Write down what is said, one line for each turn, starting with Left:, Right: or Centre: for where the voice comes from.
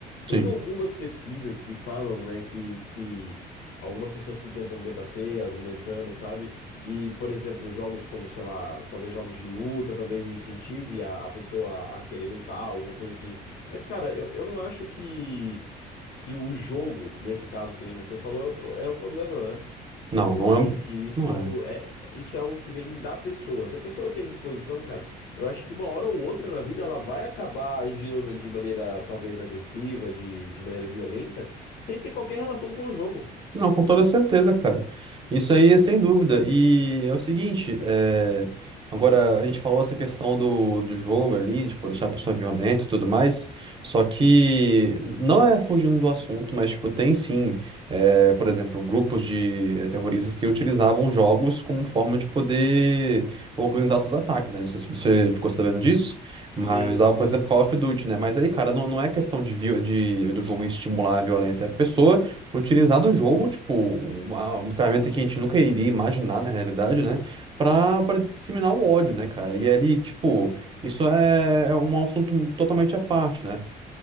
Left: Tem
Right: sim.
Left: algumas pesquisas que falam, né? Que, que algumas pessoas que tentam debater, argumentando, sabe? E, por exemplo, jogos como, sei lá, talvez jogos de luta, talvez incentive a, a pessoa a querer lutar, alguma coisa assim. Mas, cara, eu, eu não acho que que o jogo, nesse caso que nem você falou, é o, pro- é o problema, né?
Right: Não,
Left: Eu
Right: não
Left: acho
Right: é.
Left: que isso
Right: Não é.
Left: é, isso é algo que vem da pessoa. Se a pessoa tem disposição, cara, eu acho que uma hora ou outra na vida ela vai acabar agindo de maneira talvez agressiva, de, de maneira violenta, sem ter qualquer relação com o jogo.
Right: Não, com toda certeza, cara. Isso aí é sem dúvida. E é o seguinte, é, agora a gente falou essa questão do, do jogo ali, de tipo, deixar a pessoa violenta e tudo mais. Só que não é fugindo do assunto, mas tipo, tem sim, é, por exemplo, grupos de é, terroristas que utilizavam jogos como forma de poder organizar seus ataques, né? Não sei se você ficou sabendo disso,
Left: Sim,
Right: mas usavam,
Left: sim.
Right: por exemplo, Call of Duty, né? Mas aí, cara, não, não é questão de, vi- de do jogo estimular a violência. A pessoa utilizar do jogo, tipo, uma, uma ferramenta que a gente nunca iria imaginar na realidade, né? Pra, pra disseminar o ódio, né, cara? E ali, tipo, isso é é um assunto totalmente à parte, né?